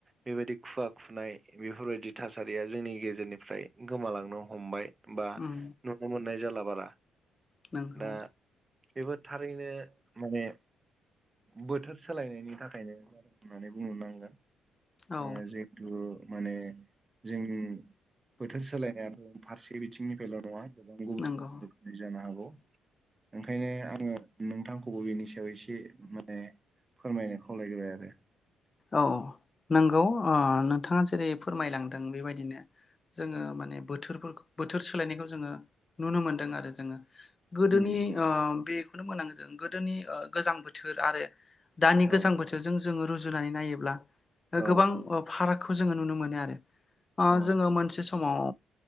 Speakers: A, on the right (about 25°); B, on the left (about 30°).
A: बेबायदि खुवा खुनाय बेफोरबायदि थासारिया जोंनि गेजेरनिफ्राय गोमालांनो हमबाय। बा
B: उम
A: नुनो मोननाय जाला बारा।
B: नंगौ
A: दा बेबो थारैनो माने बोथोर सोलायनायनि थाखायनो माने बुंनो नांगोन
B: औ
A: ओ जे दु माने जोंनि बोथोर सोलायनायाबो फारसे बिथिंनिफायल' नङा गोबां गुबुन
B: नंगौ
A: गुबुन बिदि जानो हागौ ओंखायनो आङो नोंथांखौबो बेनि सायाव एसे माने फोरमायनो खावलायग्रोबाय आरो।
B: औ नंगौ ओ नोंथाङा जेरै फोरमायलांदों बेबायदिनो जोङो माने बोथोरफोरखो बोथोर सोलायनायखौ जोङो नुनो मोन्दों आरो जोङो। गोदोनि
A: उम
B: बेखौनो मोनांगो जों गोदोनि गोजां बोथोर आरो दानि
A: औ
B: गोजां बोथोरजों जोङो रुजुनानै नायोब्ला
A: औ
B: गोबां फारागखौ जोङो नुनो मोनो आरो
A: औ
B: जोङो मोनसे समाव